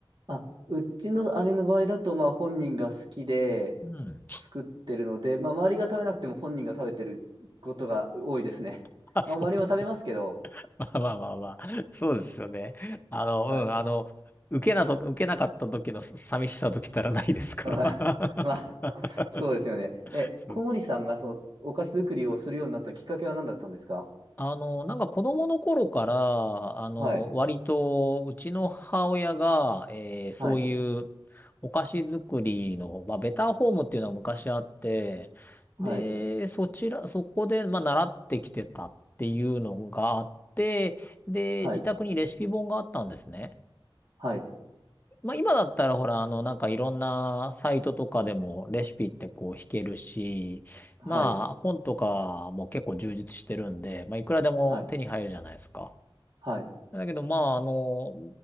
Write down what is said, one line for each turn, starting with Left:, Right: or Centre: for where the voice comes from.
Right: あうちの姉の場合だと、まあ、本人が好きで
Left: うん。
Right: 作ってるので、まあ、周りが食べなくても本人が食べてることが多いですね。
Left: <laughs> あ、そう。
Right: まあ、周りも食べますけど、
Left: <laughs> まあまあまあまあ。<laughs> そうですよね。あの、
Right: はい。
Left: うん、あの、受けなと、受けなかった時のさ寂しさときたらないですから。
Right: うん <laughs> まあ、そうですよね。
Left: <laughs>
Right: え、
Left: そう。
Right: 小森さんがそのお菓子作りをするようになったきっかけは何だったんですか
Left: あの、なんか子供の頃から、あの、
Right: はい。
Left: 割と、うちの母親が、えーそういう
Right: はい。
Left: お菓子作りの、まあ、ベターホームっていうのは昔あって、
Right: はい、
Left: で、そちら、そこで、まあ、習ってきてたっていうのがあって、で、
Right: はい、
Left: 自宅にレシピ本があったんですね。
Right: はい、
Left: まあ今だったらほら、あの、なんかいろんなサイトとかでもレシピってこう弾けるし、
Right: はい、
Left: まあ本とかも結構充実してるんで、まあいくらでも手に入るじゃないですか。
Right: はい、はい、
Left: だけどまああの、